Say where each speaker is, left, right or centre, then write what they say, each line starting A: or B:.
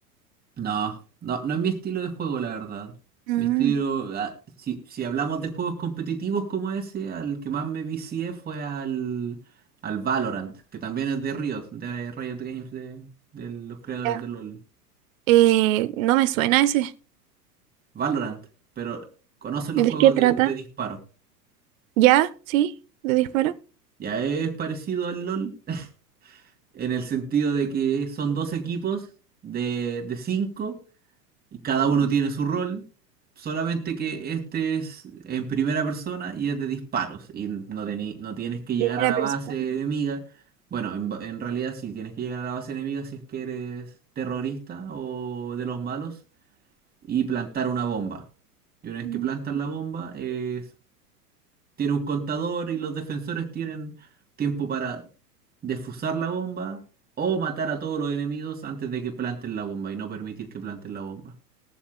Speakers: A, on the right; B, on the right.
A: No, no, no es mi estilo de juego, la verdad.
B: mm.
A: Mi estilo, ah, si, si hablamos de juegos competitivos como ese, al que más me vicié fue al, al Valorant, que también es de Riot, de Riot Games, de, de los creadores
B: Ya.
A: de LoL.
B: Eh, no me suena ese.
A: Valorant, pero conocen
B: ¿De
A: los juegos
B: qué trata?
A: de, de disparo.
B: ¿Ya? ¿Sí? ¿De disparo?
A: Ya es parecido al LoL, <laughs> en el sentido de que son dos equipos de, de cinco y cada uno tiene su rol, solamente que este es en primera persona y es de disparos y no, teni- no tienes que llegar
B: Primera
A: a la
B: persona.
A: base enemiga. Bueno, en, ba- en realidad sí tienes que llegar a la base enemiga si es que eres terrorista o de los malos y plantar una bomba. Y una vez
B: Mm.
A: que plantas la bomba, es- tiene un contador y los defensores tienen tiempo para defusar la bomba o matar a todos los enemigos antes de que planten la bomba y no permitir que planten la bomba.